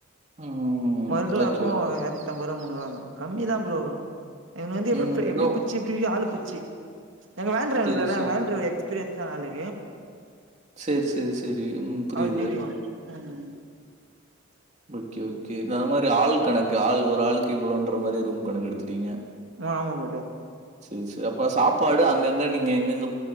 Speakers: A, on the right; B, on the right.
A: ம்.
B: வர்கலாக்கு
A: ஓகே.
B: எர் தம்பரூபா மூன்னூறுபா தா கம்மிதா ஃப்ரோ எங்கள வந்து எப்டி
A: ம்.
B: எப்டி
A: நோ.
B: பிரிச்சி எப்டி ஆளு பிரிச்சி எங்க வேன் டிரைவர்
A: சரி,
B: இருக்காருல்ல
A: சரி.
B: எங்க வேன் டிரைவர் எக்ஸ்பீரியன்ஸான ஆளு
A: செரி செரி செ செரி ம் புரியுது.
B: அது தெரியு ம்
A: ஓகே ஓகே அந்த மாரி ஆள் கணக்கு ஆள் ஒரு ஆளுக்கு இவ்ளோன்ற மாரி ரூம் கணக்கு எடுத்துட்டீங்க
B: ஆ ஆமா ஃபுரோ
A: சரி சரி அப்ப சாப்பாடு அங்கங்க நீங்க எங்கங்க